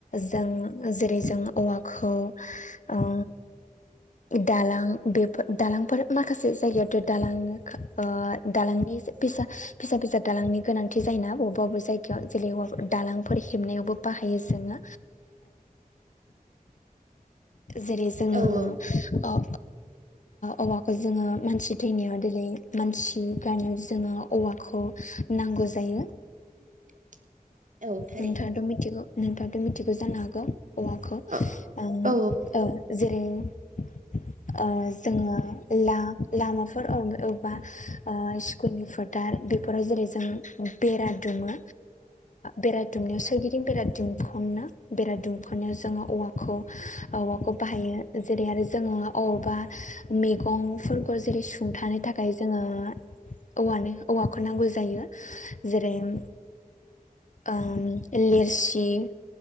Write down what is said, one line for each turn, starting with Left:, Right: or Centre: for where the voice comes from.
Left: जों जेरै जों औवाखौ ओ आ दालां बेफोर दालांफोर माखासे जायगायावथ' दालां दालांनि। फिसा फिसा दालांनि गोनांथि जायोना बबेबा अबा जायगायाव जेरै दालांफोर हेबनायावबोओ बाहायो जोङो जेरै जोङो
Right: औ
Left: ओ औवाखौ जोङो मानसि थैनायाव दिनै मानसि गारनायाव जोङो औवाखौ नांगौ जायो।
Right: <unintelligible> थारैनो
Left: नोंथाङाथ' मिथिगौ नोंथाङाथ' मिथिगौ जानो हागौ। औवाखौ
Right: औ
Left: ओं
Right: औ
Left: ओ जोङो ला लामा फोरावनो बा स्कुलनि फोथार बेफोराव जेरै जों बेरा दुमो बेराया दुमनायाव सोरगिदिं बेरा दुमख'नो बेरा दुमख'नायाव जोङो औवा खौ औवाखौ बाहायो जेरै आरो जोङो अबावबा मैगंफोरखौ जेरैओ सुंथानो थाखाय जोङो औवानो औवाखौ नांगौ जायो जेरैओ ओ लेरसि ओ